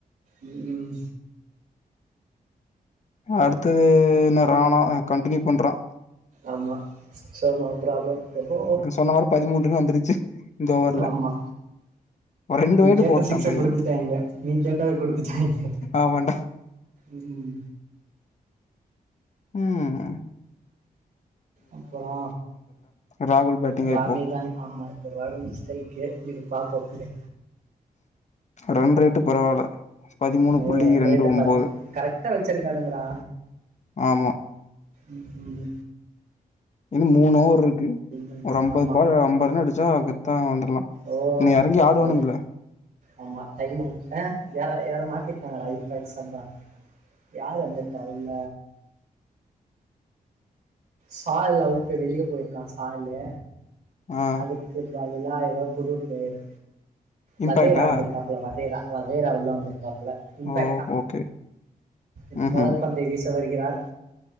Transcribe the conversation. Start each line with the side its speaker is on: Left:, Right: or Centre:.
Right: ம் ஹும்
Left: அடுத்தது ந ரானா கண்டினியூ பண்றான்
Right: ஆமா சோ நோ ப்ராப்ளம் ரொம்போ
Left: சொன்ன மாரி பதிமூணு ரன் வந்துருச்சு இந்த ஓவர்ல
Right: ஆமா
Left: ஒரு ரெண்டு
Right: நீ
Left: வைடு
Right: கேட்ட
Left: போட்டா
Right: சிக்ஸ
Left: பைய
Right: குடுத்துட்டாஙீக நீ கேட்டத குடுத்துட்டாஙீக
Left: ஆமாண்டா
Right: உம்
Left: உஹூம்
Right: அப்புறோ
Left: ராகுல் பேட்டிங்க
Right: ராகுல்தா
Left: இப்போ
Right: ஆமா இப்ப ராகுல் ஸ்ட்ரைக் பாப்போ அப்படியே
Left: ரண் ரேட்டு பரவால்ல பதிமூணு
Right: ஓ
Left: புள்ளி
Right: ரன்
Left: ரெண்டு
Right: ரேட்டு
Left: ஒம்போது
Right: பதி கரெக்டா வச்சிருக்கானுங்கடா
Left: ஆமா
Right: உம் உம்
Left: இன்னு மூணு ஓவர் இருக்கு
Right: ரன்ஸ்
Left: ஒரு ஐம்பது
Right: ஆமா
Left: பால் ஐம்பது ரன் அடிச்சா கெத்தா வந்துடலா
Right: ஓ
Left: நீ இறங்கி ஆடுவானுங்கல்ல
Right: ஓ ஆமா டைம் ஓவர் எ யார் யாரோ மாத்திருக்காங்கடா இம்பாக்ட் சம்பா யாரு வந்திருக்கா உள்ள சாயல் அவுட்டு் வெளிய போயிருக்கான் சாய்லு
Left: ஆ
Right: அதுக்கு பதி லா ஏதோ புது பிளேயர் வதேரா
Left: இம்பாக்டா
Right: வந்திருக்காப்பல வதேரா வதேரா உள்ள வந்திருக்கா இல்ல இம்பேக்ட்தா
Left: ஓ ஓகே
Right: இப்ப
Left: ம்ஹும்
Right: முதல் பந்தை வீச வருகி சர்